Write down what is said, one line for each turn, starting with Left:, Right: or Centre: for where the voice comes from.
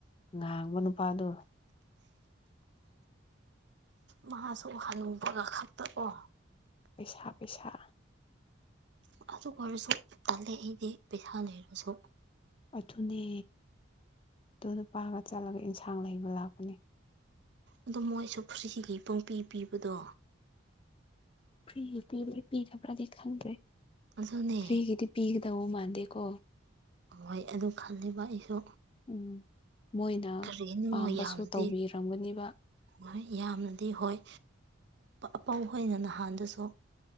Left: ꯉꯥꯡꯕ ꯅꯨꯄꯥꯗꯨ
Right: ꯃꯍꯥꯛꯁꯨ ꯎꯍꯟꯅꯤꯡꯕꯒ ꯈꯛꯇꯑꯣ
Left: ꯄꯩꯁꯥ ꯄꯩꯁꯥ
Right: ꯑꯗꯨ ꯑꯣꯏꯔꯁꯨ ꯇꯜꯂꯦ ꯑꯩꯗꯤ ꯄꯩꯁꯥ ꯂꯩꯔꯁꯨ
Left: ꯑꯗꯨꯊꯨꯅꯦ ꯑꯗꯨꯣ ꯅꯨꯄꯥꯒ ꯆꯠꯂꯒ ꯏꯟꯁꯥꯡ ꯂꯩꯕ ꯂꯥꯛꯄꯅꯦ
Right: ꯑꯗꯣ ꯃꯣꯏꯁꯨ ꯐ꯭ꯔꯤꯒꯤ ꯄꯨꯡꯄꯤ ꯄꯤꯕꯗꯣ
Left: ꯐ꯭ꯔꯤꯒꯤ ꯄꯤꯕ꯭ꯔꯥ ꯄꯤꯗꯕ꯭ꯔꯥꯗꯤ ꯈꯪꯗ꯭ꯔꯦ
Right: ꯑꯗꯨꯅꯦ
Left: ꯐ꯭ꯔꯤꯒꯤꯗꯤ ꯄꯤꯒꯗꯕ ꯃꯥꯟꯗꯦꯀꯣ
Right: ꯍꯣꯏ ꯑꯗꯨ ꯈꯜꯂꯤꯕ ꯑꯩꯁꯨ
Left: ꯎꯝ ꯃꯣꯏꯅ
Right: ꯀꯔꯤꯅꯣ
Left: ꯄꯥꯝꯕꯁꯨ
Right: ꯌꯥꯝꯅꯗꯤ
Left: ꯇꯧꯕꯤꯔꯝꯒꯅꯤꯕ
Right: ꯍꯣꯏ ꯌꯥꯝꯅꯗꯤ ꯍꯣꯏ ꯑꯄꯧ ꯑꯣꯏꯅ ꯅꯍꯥꯟꯗꯁꯨ